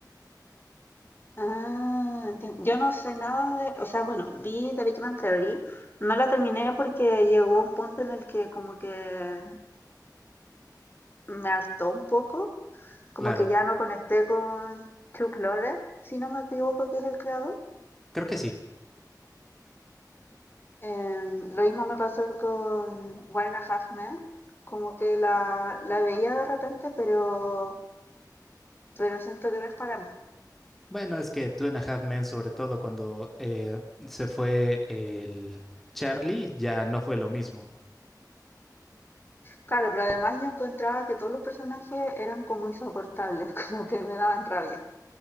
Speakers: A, on the left; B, in the centre.
A: Ah, entiendo. Yo no sé nada de, o sea, bueno, vi The Big Bang Theory, no la terminé porque llegó un punto en el que como que me hartó un poco, como
B: Claro,
A: que ya no conecté con Chuck Lorre, si no me equivoco, que es el creador.
B: creo que sí.
A: Em, lo mismo me pasó con One and a Half Men, como que la, la veía de repente, pero, pero siento que no es para mí.
B: Bueno, es que Two and a Half Men, sobre todo cuando eh, se fue el Charlie, ya no fue lo mismo.
A: Claro, pero además yo encontraba que todos los personajes eran como insoportables, <laughs> como que me daban rabia.